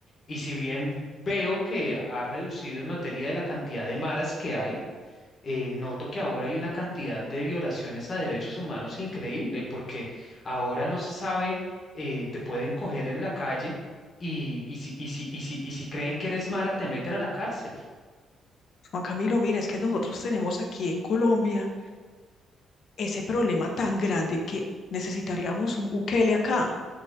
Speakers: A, on the left; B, on the left.
A: Y si bien veo que ha reducido en materia de la cantidad de maras que hay, eh, noto que ahora hay una cantidad de violaciones a derechos humanos increíble, porque ahora no se sabe, eh, te pueden coger en la calle y, y si, y si, y si, y si creen que eres Mara, te meten a la cárcel.
B: Juan Camilo, mira, es que nosotros tenemos aquí en Colombia ese problema tan grande que necesitaríamos un Bukele acá,